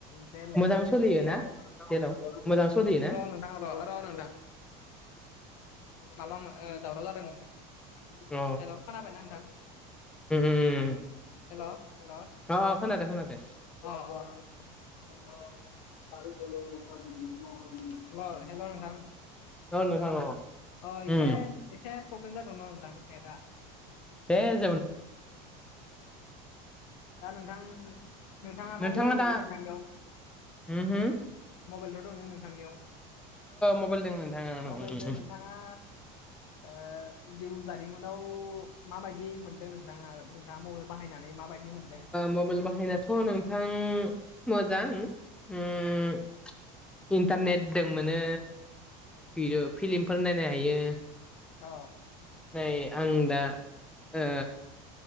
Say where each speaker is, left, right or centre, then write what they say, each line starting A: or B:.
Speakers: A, on the left; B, in the centre.
A: दल
B: मोजां
A: द
B: सोलियो
A: ग र <unintelligible>
B: ना जेलाव मोजां सोलियो ना
A: नांथ'आखै र' नोंथां माबामोन। दावराव जादों नोंथां
B: अ
A: दाय खोनाबायना नोंथां।
B: उम उम। उम
A: हेल हेल
B: अ खोनादों खोनादों
A: अ औ। ेल हेल' नथां <unintelligible>
B: औ
A: हेल'
B: नोंथां
A: अ एसे
B: उम
A: एसे प्रब्लेम जादोंमोन नों दां नेटआ
B: द <unintelligible>
A: दा नोंथां नोंथाङाथ'
B: नोंथाङा
A: मबाइल दङो
B: दा
A: नोंथांनियाव
B: उमहो
A: मबाइलथ' दङ नोंथांनियाव
B: मबाइलजों नोंथाङा
A: मबाइलजों नोंथाङा ओ जिउ जारिमिनाव माबायदि मोनदों नों दा द मावनो बाहायनानै माबायदि मोनदों
B: मबाइल बाहायनाथ' नों थां मोजां उम इन्टारनेट दं मोनो भडिअ फिलिमफोर नायनो हायो।
A: औ।
B: नै आं दा ओ